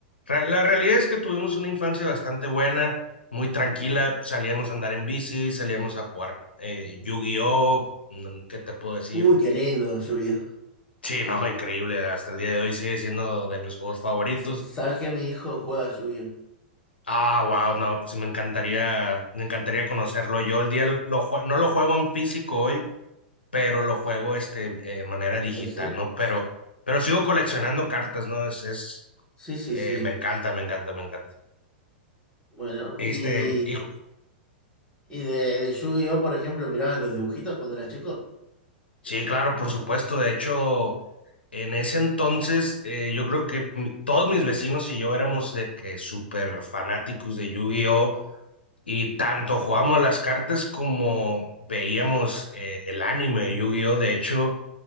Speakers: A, on the left; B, on the left.
A: ra- la realidad es que tuvimos una infancia bastante buena, muy tranquila, salíamos a andar en bici, salíamos a jugar eh, Yu-Gi-Oh, Mm, ¿qué te puedo decir?
B: Uy, qué lindo, lluvia.
A: Sí, no, increíble. Hasta el día de hoy sigue siendo de mis juegos favoritos.
B: ¿Sabes que mi hijo juega lluvia?
A: Ah, wow, no, pues me encantaría, me encantaría conocerlo. Yo el día lo jue- no lo juego en físico hoy, pero lo juego este eh, manera
B: ¿Empecé?
A: digital, ¿no? Pero, pero sigo coleccionando cartas, ¿no? Es, es
B: Sí, sí,
A: eh,
B: sí.
A: me encanta, me encanta, me encanta.
B: Bueno,
A: Este,
B: y,
A: hijo,
B: y de, de Yu-Gi-Oh, por ejemplo, ¿mirabas los dibujitos cuando eras chico?
A: sí, claro, por supuesto. De hecho, en ese entonces, eh, yo creo que mi- todos mis vecinos y yo éramos de que súper fanáticos de Yu-Gi-Oh! Y tanto jugábamos las cartas como veíamos eh, el anime de Yu-Gi-Oh! De hecho,